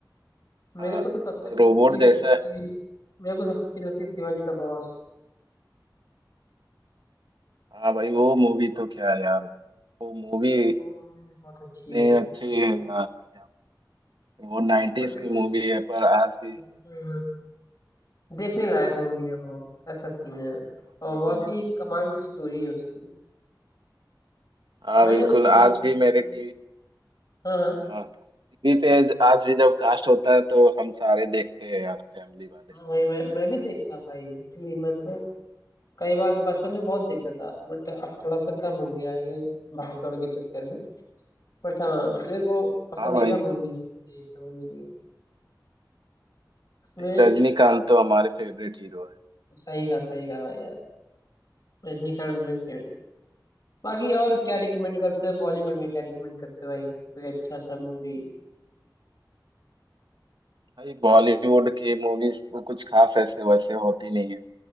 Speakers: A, on the left; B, on the right.
A: मेरे
B: हाँ
A: को तो सबसे
B: तो
A: अच्छी
B: रोबोट
A: लगती है शिवाजी
B: जैसा
A: मेरे को सबसे अच्छी लगती है शिवाजी द बॉस
B: हाँ भाई वो मूवी तो क्या है यार वो मूवी
A: वो मूवी बहुत अच्छी
B: नहीं
A: है
B: अच्छी
A: हम्म,
B: है यार क्या वो 90s
A: मतलब
B: की
A: कि
B: मूवी है पर आज भी
A: हम्म, देखने लायक मूवी है वो ऐसा सीन है और
B: बिल्कुल
A: बहुत
B: यार
A: ही कमाल की स्टोरी है उसकी
B: हाँ
A: मैंने
B: बिल्कुल
A: लगी
B: आज
A: देखी
B: भी
A: भी नहीं।
B: मेरे टीवी
A: हाँ हाँ
B: टीवी पे आज आज भी जब कास्ट होता है तो हम सारे देखते हैं यार फैमिली वाले
A: हाँ
B: सब
A: भाई
B: बैठ
A: मैं मैं भी देखता भाई लिटरली मैं तो कई बार तो बचपन में बहुत देखता था बट अब थोड़ा सा कम हो गया है ये भाग दौड़ के चक्कर में बट हाँ मेरे वो
B: के।
A: पसंदीदा
B: हाँ भाई
A: मूवीज
B: बिल्कुल
A: है एक तो मेरी उसमें
B: भाई, रजनीकांत तो हमारे फेवरेट हीरो है
A: सही कहा सही कहा भाई रजनीकांत मेरे फेवरेट बाकी और क्या रिकमेंड करते हो बॉलीवुड में क्या रिकमेंड करते हो भाई कोई अच्छा सा मूवी
B: भाई बॉलीवुड की मूवीज तो कुछ खास ऐसे वैसे होती नहीं है